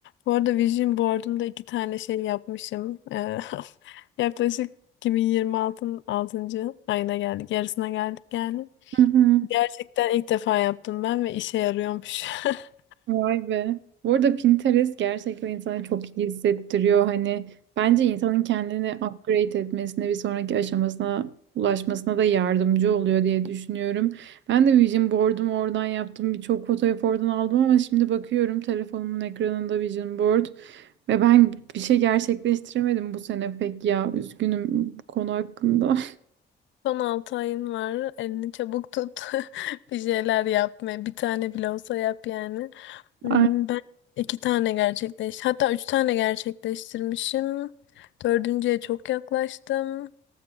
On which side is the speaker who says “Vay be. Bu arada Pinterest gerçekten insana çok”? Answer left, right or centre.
Right